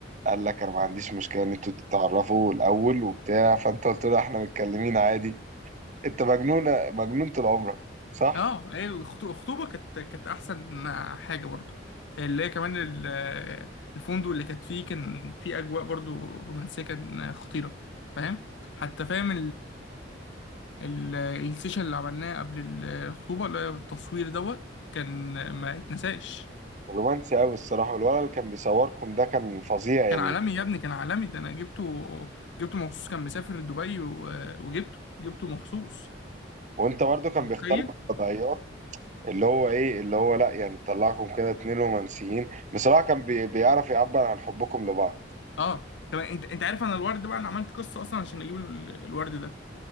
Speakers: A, on the right; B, on the left.
A: قال لك انا ما عنديش مشكله ان انتوا تتعرفوا الاول وبتاع فانت قلت له احنا متكلمين عادي انت مجنونة مجنون طول عمرك صح؟
B: اه هي الخطو- الخطوبة كانت كانت أحسن حاجة برضه اللي هي كمان ال- الفندق اللي كانت فيه كان فيه أجواء برضه رومانسية كان خطيرة فاهم حتى فاهم ال- السيشن اللي عملناه قبل الخطوبة اللي هي التصوير دوت كان ما يتنساش
A: رومانسي قوي الصراحة والولد اللي كان بيصوركم ده كان فظيع يعني
B: كان عالمي يا ابني كان عالمي ده انا جبته جبته مخصوص كان مسافر دبي و- وجبته جبته مخصوص
A: وانت برضو كان
B: متخيل
A: بيختار لك قضايات اللي هو ايه اللي هو لا يعني طلعكم كده اتنين رومانسيين بصراحة كان بي... بيعرف يعبر عن حبكم لبعض
B: اه طب انت انت عارف انا الورد بقى انا عملت قصة اصلا عشان اجيب ال- الورد ده